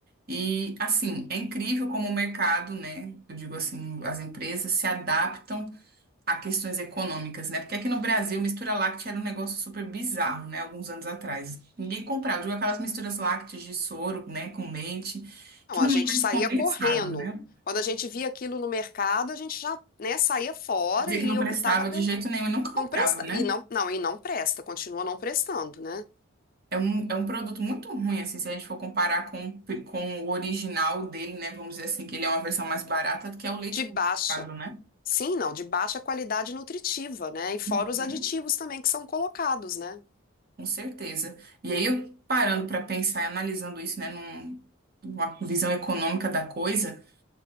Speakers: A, on the right; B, on the left.
A: E, assim, é incrível como o mercado, né? Eu digo assim, as empresas se adaptam a questões econômicas, né? Porque aqui no Brasil, mistura láctea era um negócio super bizarro, né? Alguns anos atrás. Ninguém comprava. Eu digo aquelas misturas lácteas de soro, né? Com leite,
B: Não,
A: que
B: a
A: não
B: gente
A: era
B: saía
A: de condensado,
B: correndo.
A: né?
B: Quando a gente via aquilo no mercado, a gente já, né, saía fora
A: Dizia
B: e
A: que não prestava
B: optava pelo
A: de jeito nenhum e nunca comprava,
B: não presta
A: né?
B: e não, não, e não presta, continua não prestando, né?
A: É um, é um produto muito ruim, assim, se a gente for comparar com, o pi- com o original dele, né? Vamos dizer assim, que ele é uma versão mais barata, que é o leite
B: De
A: condensado,
B: baixa,
A: né?
B: sim, não, de baixa qualidade nutritiva, né? E fora
A: Uhum.
B: os aditivos também que são colocados, né?
A: Com certeza. E aí, eu parando para pensar e analisando isso, né, num- numa visão econômica da coisa,